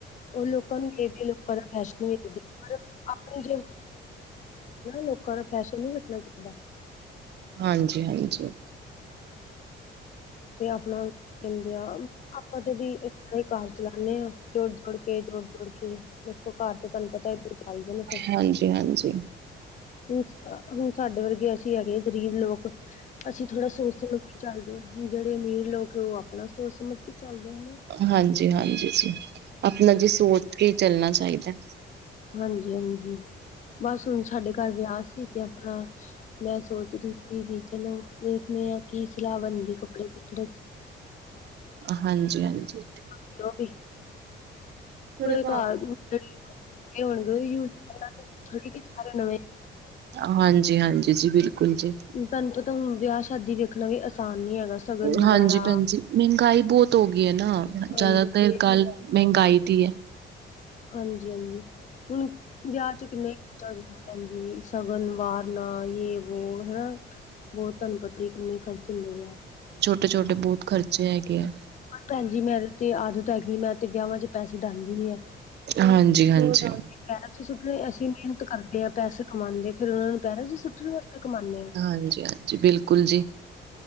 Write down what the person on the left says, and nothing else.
ਉਹ ਲੋਕਾਂ ਨੂੰ ਵੇਖਦੇ ਆ ਲੋਕਾਂ ਦਾ ਫੈਸ਼ਨ ਵੇਖਦੇ ਵੇਖਦੇ ਲੋਕਾਂ ਦਾ ਫੈਸ਼ਨ ਨਹੀਂ ਵੇਖਣਾ ਚਾਹੀਦਾ
ਤੇ ਆਪਣਾ ਕਹਿੰਦੇ ਆ ਆਪਾਂ ਤੇ ਵੀ ਅਸੀਂ ਘਰ ਚਲਾਉਂਦੇ ਹਾਂ ਜੋੜ ਜੋੜ ਕੇ ਜੋੜ ਜੋੜ ਕੇ ਦੇਖੋ ਘਰ ਤੇ ਤੁਹਾਨੂੰ ਪਤਾ ਏਦ ਚਲਦੇ ਨੇ ਫਿਰ
ਹ ਹੁਣ ਸਾਡੇ ਵਰਗੇ ਅਸੀਂ ਹੈਗੇ ਆ ਗਰੀਬ ਲੋਕ ਅਸੀਂ ਥੋੜਾ ਸੋਚ ਸਮਝ ਕੇ ਚੱਲਦੇ ਹਾਂ ਜਿਹੜੇ ਅਮੀਰ ਲੋਕ ਆ ਉਹ ਆਪਣਾ ਸੋਚ ਸਮਝ ਕੇ ਚੱਲਦੇ ਹਨਾ
ਹਾਂਜੀ ਈ ਹਾਂਜੀ ਈ ਬਸ ਹੁਣ ਸਾਡੇ ਘਰ ਵਿਆਹ ਸੀ ਤੇ ਆਪਣਾ, ਮੈਂ ਸੋਚ ਰੀ ਸੀ ਵੀ ਚਲੋ ਵੇਖਦੇ ਆ ਕੀ ਸਲਾਹ ਬਣਦੀ ਕੱਪੜੇ-ਕੁਪੜੇ
ਕਿਉਂ ਵੀ
ਥੋੜੇ ਘਰ ਜਿਹੜੇ ਹੋਣਗੇ ਉਹ ਯੂਜ ਕਰਾਂਗੇ ਥੋੜੀ ਕਿ ਸਾਰੇ ਨਵੇਂ
ਤੁਹਾਨੂੰ ਪਤਾ ਹੁਣ ਵਿਆਹ ਸ਼ਾਦੀ ਵੇਖਣਾ ਵੀ ਆਸਾਨ ਨੀ ਹੈਗਾ ਸ਼ਗਨ ਵਗੈਰਾ
ਹਾਂਜੀ
ਹਾਂਜੀ-ਹਾਂਜੀ, ਹੁਣ ਵਿਆਹ ਚ ਕਿੰਨਾ ਈ ਖਰਚਾ ਹੋ ਜਾਂਦਾ ਭੈਣ ਜੀ ਸ਼ਗਨ ਵਾਰਨਾ ਜੇ ਵੋ ਹਨਾ, ਬੋਤ ਤੁਹਾਨੂੰ ਪਤਾ ਈ ਕਿੰਨੇ ਖਰਚ ਹੁੰਦੇ
ਭੈਣ ਜੀ ਮੇਰੀ ਤੇ ਆਦਤ ਹੈਗੀ ਮੈਂ ਤੇ ਵਿਆਹਾਂ ਚ ਪੈਸੇ ਡਾਂਦੀ ਨੀ।
ਪੈਰਾਂ ਚ ਸੁੱਟਣੇ ਅਸੀਂ ਮਿਹਨਤ ਕਰਦੇ ਆ, ਪੈਸੇ ਕਮਾਂਦੇ ਫਿਰ ਉਹਨਾਂ ਨੂੰ ਪੈਰਾਂ ਚ ਸੁੱਟਣ ਵਾਸਤੇ ਕਮਾਨੇ ਆ